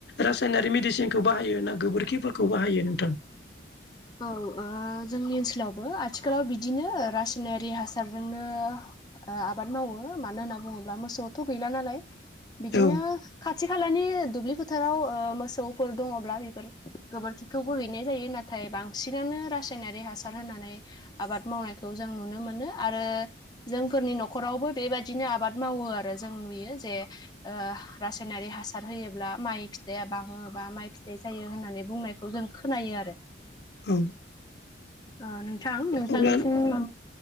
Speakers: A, on the left (about 60°); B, on the left (about 20°).
A: रासायनारि मेडिसिनखौ बाहायो ना गोबोरखिफोर खौ बाहायो नोंथां।
B: औ ओ जोंनि ओनसोलावबो आथिखालाव बिदिनो रासायनारि हासारजोंनो ओ आबाद मावो मानो होनना बुङोब्ला मोसौथ' गैला नालाय बिदिनो
A: औ
B: खाथि खालानि दुब्लि फोथाराव ओ मोसौफोर दङब्ला बेफोर गोबोरखिखौबो हैनाय जायो ना नाथाय बांसिनानो रासायनारि हासार होनानै आबाद मावनायखौ जों नुनो मोनो आरो जोंफोरनि न'खरावबो बेबादिनो आबाद मावो आरो जों नुयो जे ओ रासायनारि हासार होयोब्ला माइ फिथाइया बाङो बा माइ फिथाइ जायो होननानै बुंनाय खौ जों खोनायो आरो।
A: औ
B: ओ नोंथां नोंथांनिसिम
A: अब्ला
B: आं